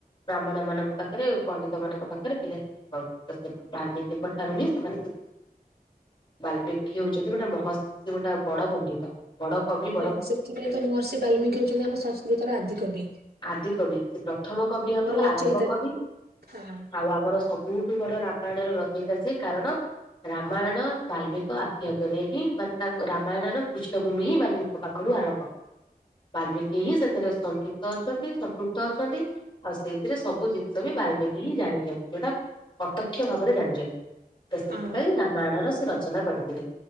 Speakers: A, on the left (about 30°); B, on the right (about 85°).
A: ବ୍ରାହ୍ମଣ ମାନଙ୍କ ପାଖରେ ପଣ୍ଡିତ ମାନଙ୍କ ପାଖରେ ପିଲା <unintelligible> ବାଲ୍ମିକ ପାଖରୁ ହିଁ ସେମାନେ ଶିଖିଲେ। ବାଲ୍ମିକୀ ହଉଛନ୍ତି ଗୋଟେ ମହର୍ଷି ଗୋଟେ ବଡ ପଣ୍ଡିତ। ବଡକବି
B: ହଁ ସେଥିପାଇଁ ତ ମହର୍ଷି ବାଲ୍ମିକି ହଉଛନ୍ତି ଆମ ସଂସ୍କୃତର ଆଦିକବି।
A: ଆଦି କବି ସେ ପ୍ରଥମ କବି ଆମର ଆରମ୍ଭ
B: ରଚୟିତା
A: କବି।
B: ହଁ
A: ଆଉ ଆମର ସ ବହୁତ୍ ବଡ ରାମାୟଣ ର ରଚୟତା ସେ କାରଣ ରାମାୟଣ ବାଲ୍ମିକ ଆଖ୍ୟା କରିକି ମାନେ ତାଙ୍କ ରାମାୟଣର ପୃଷ୍ଠଭୂମି ହିଁ ବାଲ୍ମୀଙ୍କ ପାଖରୁ ଆରମ୍ଭ ବାଲମିକି ହିଁ ସେଥିରେ ସଂପୃକ୍ତ ଅଛନ୍ତି। ସପୃକ୍ତ ଅଛନ୍ତି ଆଉ ସେଇଥିରେ ସବୁ ଜିନିଷ ବି ବାଲମିକି ହିଁ ଜାଣିଛନ୍ତି ଯୋଉଟା ପ୍ରତ୍ୟକ୍ଷ ଭାବରେ ଜାଣିଛନ୍ତି, ତ ସେଥିପାଇଁ
B: ହଁ
A: ରାମାୟଣର ସେ ରଚନା କରିଥିଲେ।